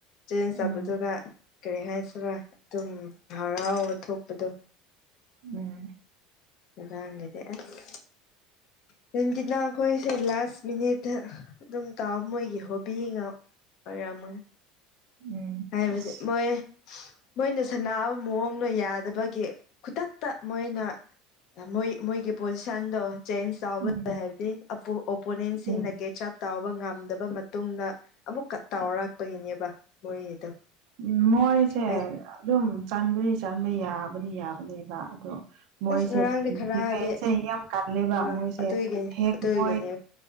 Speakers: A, on the left (about 55°); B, on the right (about 70°).
A: ꯆꯦꯟꯁ ꯇꯧꯕꯗꯨꯒ
B: ꯎꯝ
A: ꯀꯔꯤ ꯍꯥꯏꯁꯤꯔꯥ ꯑꯗꯨꯝ ꯍꯔꯥꯎꯕ ꯊꯣꯛꯄꯗꯣ
B: ꯎꯝ
A: ꯉꯔꯥꯡꯒꯗꯤ ꯑꯁ ꯅꯦꯟꯒꯤꯅ ꯑꯩꯈꯣꯏꯁꯦ ꯂꯥꯁ ꯃꯤꯅꯤꯠꯇ ꯑꯗꯨꯝ ꯇꯥꯎꯑꯣ ꯃꯣꯏꯒꯤ ꯍꯣꯕꯤ ꯒ ꯑꯣꯏꯔꯝꯃꯣꯏ
B: ꯎꯝ
A: ꯍꯥꯏꯕꯗꯤ
B: ꯑꯁ
A: ꯃꯣꯏ ꯃꯣꯏꯅ ꯁꯥꯟꯕ ꯃꯑꯣꯡꯗꯣ ꯌꯥꯗꯕꯒꯤ ꯈꯨꯗꯛꯇ ꯃꯣꯏꯅ ꯃꯣꯏ ꯃꯣꯏꯒꯤ ꯄꯣꯖꯤꯁꯟꯗꯣ ꯆꯦꯟꯖ ꯇꯧꯕ
B: ꯎꯝ
A: ꯍꯥꯏꯕꯗꯤ ꯑꯄꯣ ꯑꯣꯄꯣꯅꯦꯟꯁꯤꯡꯅ
B: ꯎꯝ
A: ꯀꯦ ꯆ ꯇꯥꯎꯕ ꯉꯝꯗꯕ ꯃꯇꯨꯡꯗ ꯑꯃꯨꯛꯀ ꯇꯥꯎꯔꯛꯄꯒꯤꯅꯦꯕ ꯃꯣꯏꯒꯤꯗꯣ
B: ꯎꯝ ꯃꯣꯏꯁꯦ
A: ꯑꯩ
B: ꯑꯗꯨꯝ ꯆꯟꯕꯗꯤ ꯆꯟꯕ ꯌꯥꯕꯗꯤ ꯌꯥꯕꯅꯦꯕ ꯑꯗꯣ ꯃꯣꯏꯁꯦ
A: ꯑꯁ ꯉꯔꯥꯡꯗꯤ ꯈꯔꯗꯤ
B: ꯗꯤꯐꯦꯟꯁꯦ ꯌꯥꯝ ꯀꯟꯂꯦꯕ
A: ꯋꯥ
B: ꯃꯣꯏꯁꯦ
A: ꯑꯗꯨꯒꯤ
B: ꯍꯦꯛ
A: ꯑꯗꯨꯒꯤꯅꯦ
B: ꯃꯣꯏ